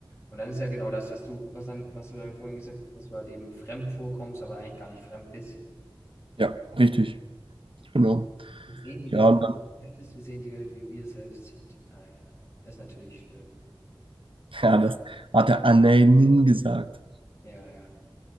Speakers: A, on the left; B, on the right.
A: Und dann ist ja genau das, dass du, was dann, was du dann vorhin gesagt hast, dass du halt eben fremd vorkommst, aber eigentlich gar nicht fremd bist.
B: Ja, richtig. Genau.
A: Wir sehen die
B: Ja,
A: Welt nicht, wie sie ist, wir sehen die Welt, wie wir selbst sind. Ah ja, das ist natürlich schön.
B: Ja, das hat der Anelin gesagt.
A: Ja, ja.